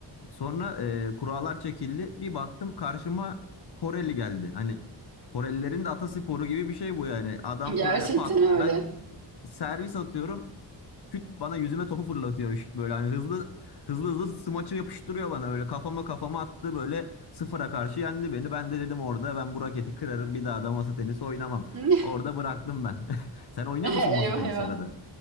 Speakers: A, on the left; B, on the right.
A: Sonra e, kurallar çekildi. Bir baktım karşıma Koreli geldi. Hani Korelilerin de atasporu gibi bir şey bu yani. Adam
B: Gerçekten
A: böyle pat.
B: öyle.
A: Ben servis atıyorum. Küt bana yüzüme topu fırlatıyor böyle hani hızlı hızlı hızlı smaçı yapıştırıyor bana böyle kafama kafama attı böyle sıfıra karşı yendi beni. Ben de dedim orada ben bu raketi kırarım bir daha da masa tenisi oynamam.
B: <laughs>
A: Orada bıraktım ben. <laughs> Sen oynuyor
B: Eyvah
A: musun masa tenisi
B: eyvah.
A: arada?